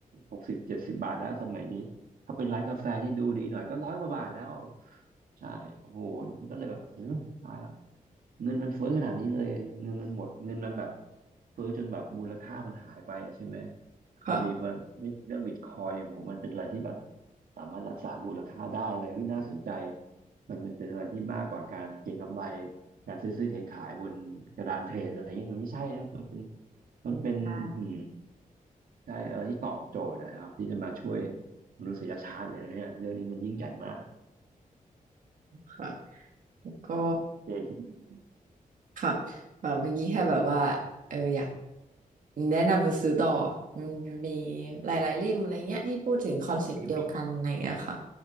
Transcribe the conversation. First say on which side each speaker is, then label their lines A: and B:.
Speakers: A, on the right; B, on the right.
A: หกสิบเจ็ดสิบบาทแล้วสมัยนี้ถ้าเป็นร้านกาแฟที่ดูดีหน่อยก็ร้อยกว่าบาทแล้วใช่โอ้โหมันก็เลยแบบโอ้ตายละเงินมันเฟ้อขนาดนี้เลยเงินมันหมดเงินมันแบบเฟ้อจนแบบมูลค่ามันหายไปใช่ไหม
B: ค่ะ
A: พอดีมาได้ยินเรื่องบิตคอยเนี่ยผมมันเป็นอะไรที่แบบสามารถรักษามูลค่าได้เลยเฮ้ยน่าสนใจมันมันเป็นอะไรที่มากกว่าการเก็งกำไรการซื้อซื้อขายขายบนกระดานเทรดอะไรเงี้ยมันไม่ใช่นะมันเป็น มันเป็นอื้อหื
B: ใช่
A: ใช่อะไรที่ตอบโจทย์นะครับที่จะมาช่วยมนุษยชาติเลยนะเนี่ยเรื่องนี้มันยิ่งใหญ่มาก
B: ค่ะแล้วก็
A: น้องเจคิด
B: ค่ะแบบเมื่อกี้แค่แบบว่าเอออยากแนะนำหนังสือต่อมันมีหลายๆเล่มอะไรเงี้ยที่พูดถึงคอนเซปต์เดียวกันอะไรเงี้ยค่ะ
A: อืมมีมี